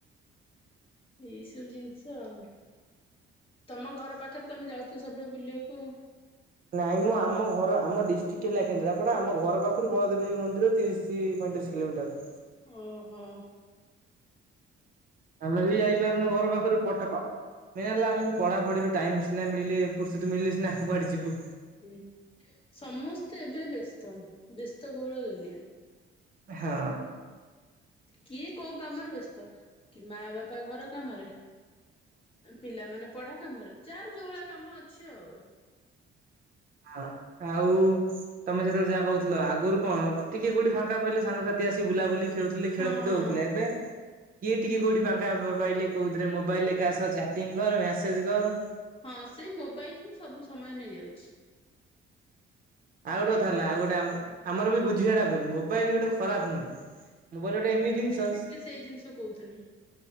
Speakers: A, on the left; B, on the right.
A: ଏଇସବୁ ଜିନିଷ ଆଉ, ତମ ଘର ପାଖରେ ତମେ ଯାଉଥିବ ସବୁବେଳେ ବୁଲିଆକୁ ଆଉ।
B: ନାଇଁ ମ ଆମ ଘର ଆମ ଡିଷ୍ଟ୍ରିକ୍ ହେଲା କେନ୍ଦ୍ରାପଡ଼ା, ଆମ ଘର ପାଖରୁ ବଳଦେବଜୀଉ ମନ୍ଦିର ତିରିଶୀ ପଇଁତିରିଶୀ କିଲୋମିଟର।
A: ଓ ହୋ।
B: ଆମେ ବି ଯାଇପାରୁନୁ ଘର ପାଖରୁ ପଟପାଓ ମେନ୍ ହେଲା ଆମକୁ ପଢ଼ାପଢ଼ିରୁ ଟାଇମ୍ ସିନା ମିଳିଲେ ଫୁର୍ ସତ୍ ମିିଳିଲେ ସିନା କୁଆଡ଼େ ଯିବୁ।
A: ହୁଁ, ସମସ୍ତେ ଏବେ ବ୍ୟସ୍ତ ବ୍ୟସ୍ତ ବହୁଳ ଦୁନିଆ।
B: ହଁ।
A: କିଏ କୋଉ କାମରେ ବ୍ୟସ୍ତ କି ମା ବାପା ଘର କାମରେ ପିଲାମାନେ ପଢ଼ା କାମରେ, ଯାର ଜୋଉଅଳିଆ କାମ ଅଛି ଆଉ।
B: ଆ ଆଉ ତମେ ସେତେବେଳେ ଯାହା କହୁଥିଲ, ଆଗରୁ କଣ ଟିକେ କୋଉଟି ଫାଙ୍କା ପାଇଲେ ସାଙ୍ଗସାଥି ଆସି ବୁଲା ବୁଲି ଖେଳୁଥିଲେ,
A: ହଁ
B: ଖେଳକୁଦ ହଉଥିଲେ ଏବେ କିଏ ଟିକେ କୋଉଠି ପାଙ୍କା ପା ପାଇଲେ କୋଉଥିରେ ମୋବାଇଲ ରେ କାହା ସହ ଚାଟିଂ କର ମ୍ୟାସେଜ୍ କର୍।
A: ହଁ ସେ ମୋବାଇଲ୍ ହିଁ ସବୁ ସମୟ ନେଇଯାଉଚି।
B: ଆଉ ଗୋଟେ କଥା ହେଲା
A: ଟା
B: ଆଉ ଗୋଟେ ଆମ ଆମର ବି ବୁଝିବାଟା ଭୁଲ୍ ମୋବାଇଲ ଗୋଟେ ଖରାପ୍ ନୁହେଁ। ମୋବାଇଲ୍ ଗୋଟେ ଏମିତି
A: ହଁ
B: ଜିନିଷ
A: ସେଇ ଜିନିଷ କହୁଥିଲି